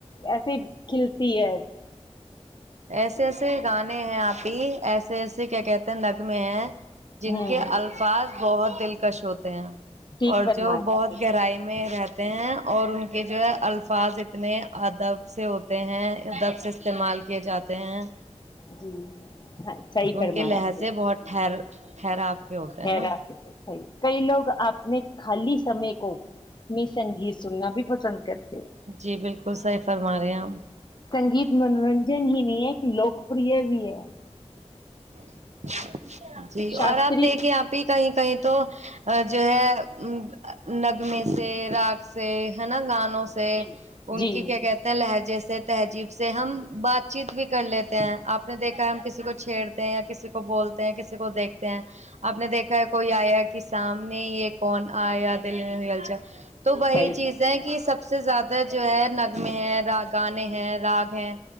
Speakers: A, on the left; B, on the right.
A: ایسی کھلتی ہے
B: ایسے ایسے گانے ہیں آپ ایسے ایسے کیا کہتے ہیں نگ میں ہیں جن
A: ہوں
B: کے الفاظ بہت دلکش ہوتے ہیں
A: ٹھیک
B: اور
A: فرمایا
B: جو بہت
A: آپ نے
B: گہرائی میں رہتا ہیں اور ان کے جو ہے الفاظ اتنے ادب سے ہوتے ہیں ادب سے استعمال کی جاتے ہیں
A: جی ہاں صحیح
B: ان
A: فرمایا
B: کے لہجے
A: آپ نے
B: بہت ٹھہر خراب ہوتا
A: حیران
B: ہے نا
A: صحیح کئی لوگ اپنے خالی سمے کو میں سنگیت سننا بھی پسند کرتے ہیں
B: جی بالکل کل س ہی فرما رہے ہیں آپ
A: سنگیت منورنجن ہی نہیں ہے ایک لوکپریہ بھی ہے
B: <unintelligible> جی
A: شاستری
B: اور آپ دیکھیں آ بھی کہیں کہیں تو جو ہے نغمے سے راگ سے ہے نا گان سے
A: جی
B: ان
A: جی
B: کی کیا کہتے ہیں لہج جیسے تہذیب سے ہم بات چیت بھی کر لیتے ہیں آپ نے دیکھا ہے ہم کسی کو چھیڑتے ہیں یا کسی کو کو بولتے ہیں کسی کو دیکھتے ہیں آپ نے دیکھا ہے کوئی آیا کہ سامنے یہ کون آیا دلی میں ہوئی الا تو وہی
A: صحیح
B: چیز ہے کہ سب سب سے زیادہ جو ہے نغمے ہیں را گانے ہیں راگ ہیں